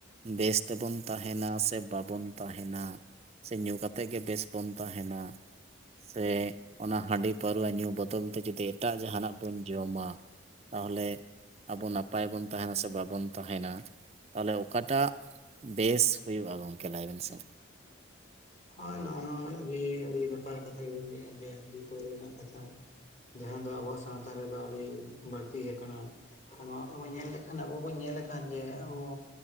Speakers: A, on the right; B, on the left.
A: ᱵᱮᱥ ᱛᱮᱵᱚᱱ ᱛᱟᱦᱮᱱᱟ ᱥᱮ ᱵᱟᱵᱚᱱ ᱛᱟᱦᱮᱱᱟ ᱥᱮ ᱧᱩ ᱠᱟᱛᱮᱫ ᱜᱮ ᱵᱮᱥ ᱵᱚᱱ ᱛᱟᱦᱮᱱᱟ ᱥᱮ ᱚᱱᱟ ᱦᱟᱹᱰᱤ ᱯᱟᱹᱨᱣᱟᱹ ᱧᱩ ᱵᱚᱫᱚᱞ ᱛᱮ ᱡᱩᱫᱤ ᱮᱴᱟᱜ ᱡᱟᱦᱟᱱᱟᱜ ᱵᱚᱱ ᱡᱚᱢᱟ ᱛᱟᱦᱚᱞᱮ ᱟᱵᱚ ᱱᱟᱯᱟᱭ ᱵᱚᱱ ᱛᱟᱦᱮᱱᱟ ᱥᱮ ᱵᱟᱵᱚᱱ ᱛᱟᱦᱮᱱᱟ? ᱛᱟᱦᱚᱞᱮ ᱚᱠᱟᱴᱟᱜ ᱵᱮᱥ ᱦᱩᱭᱩᱜᱼᱟ ᱜᱚᱝᱠᱮ ᱞᱟᱭᱵᱮᱱ ᱥᱮ?
B: ᱦᱳᱭ ᱦᱳᱭ ᱱᱚᱜ ᱟᱹᱰᱤ ᱟᱹᱰᱤ ᱱᱟᱯᱟᱭ ᱠᱟᱛᱷᱟ ᱜᱮᱵᱮᱱ ᱞᱟᱹᱭᱮᱼᱟ ᱡᱮ ᱦᱟᱹᱰᱤ ᱯᱟᱹᱣᱨᱟᱹ ᱨᱮᱱᱟᱜ ᱠᱟᱛᱷᱟ ᱡᱟᱦᱟᱸ ᱫᱚ ᱟᱵᱚᱣᱟᱜ ᱥᱟᱶᱛᱟ ᱨᱮᱫᱚ ᱟᱹᱰᱤ ᱵᱟᱹᱲᱛᱤ ᱦᱟᱠᱟᱱᱟ ᱠᱷᱚᱱᱟᱜ ᱵᱚᱱ ᱧᱮᱞ ᱞᱮᱠᱷᱟᱱ ᱟᱵᱚ ᱵᱚᱱ ᱧᱮᱞ ᱞᱮᱠᱷᱟᱱ ᱡᱮ ᱚ